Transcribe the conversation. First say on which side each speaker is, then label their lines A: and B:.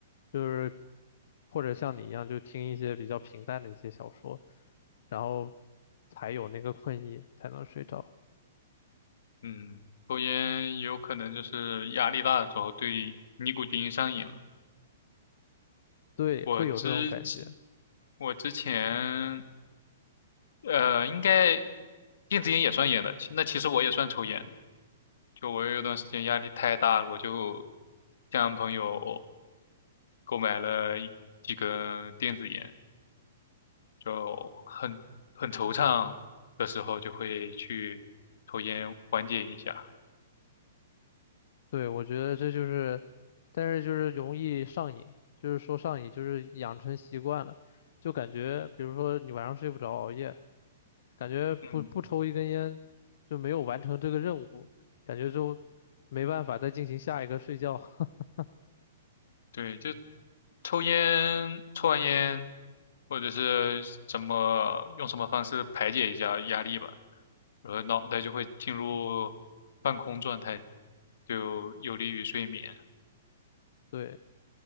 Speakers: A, on the left; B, on the left.
A: 就是或者像你一样就听一些比较平淡的一些小说，然后才有那个困意才能睡着。
B: 嗯，抽烟也有可能就是压力大的时候对尼古丁上瘾了。
A: 对，
B: 我之前
A: 会有这种感觉。
B: 我之前呃，应该电子烟也算烟的，其那其实我也算抽烟的。就我有一段时间压力太大了，我就向朋友购买了一几根电子烟，就很很惆怅的时候就会去抽烟缓解一下。
A: 对，我觉得这就是，但是就是容易上瘾，就是说上瘾，就是养成习惯了，就感觉，比如说你晚上睡不着，熬夜，感觉不不抽一根烟就没有完成这个任务，
B: 嗯。
A: 感觉就没办法再进行下一个睡觉。<laughs>
B: 对，就抽烟，抽完烟，或者是怎么用什么方式排解一下压力吧，然后脑袋就会进入半空状态，就有利于睡眠。
A: 对，